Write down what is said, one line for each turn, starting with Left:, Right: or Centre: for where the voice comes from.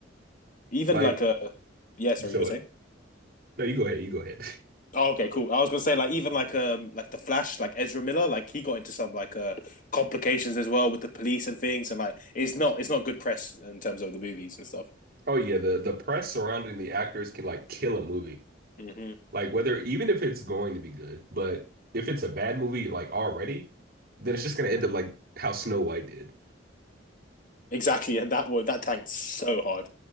Left: Even
Right: Like
Left: like a yeah, sorry,
Right: you saw
Left: you were saying?
Right: it. No, you go ahead. You go ahead. <laughs>
Left: Oh, okay, cool. I was gonna say like even like um like the Flash, like Ezra Miller, like he got into some like uh complications as well with the police and things, and like it's not it's not good press in terms of the movies and stuff.
Right: Oh yeah, the the press surrounding the actors can like kill a movie.
Left: hmm
Right: Like whether even if it's going to be good, but if it's a bad movie like already, then it's just gonna end up like how Snow White did.
Left: Exactly, and that one that tanked so hard.